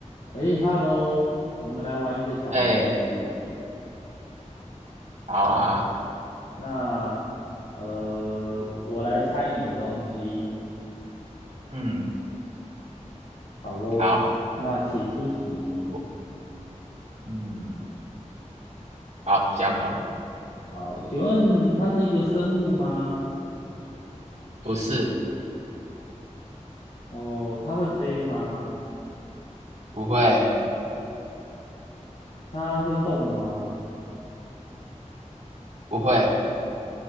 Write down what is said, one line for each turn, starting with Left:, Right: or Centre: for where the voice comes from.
Left: 哎，Hello，我们来玩一个小游戏。
Right: 哎，好啊，
Left: 那呃，我来猜你的东西，
Right: 嗯，
Left: 好哦。
Right: 好，
Left: 那请出题。
Right: 我嗯，好，想好了，
Left: 好，请问它是一个生物吗？
Right: 不是，
Left: 哦，它会飞吗？
Right: 不会，
Left: 它会动吗？
Right: 不会，